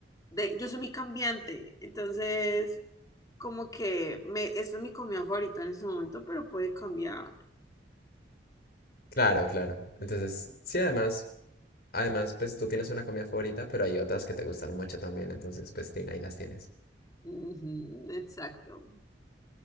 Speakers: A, on the left; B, on the left.
A: de, yo soy muy cambiante, entonces como que me, esta es mi comida favorita en ese momento, pero puede cambiar.
B: Claro, claro. Entonces, sí, además. Además, pues tú tienes una comida favorita, pero hay otras que te gustan mucho también, entonces pues tin, ahí las tienes.
A: Ujú, exacto.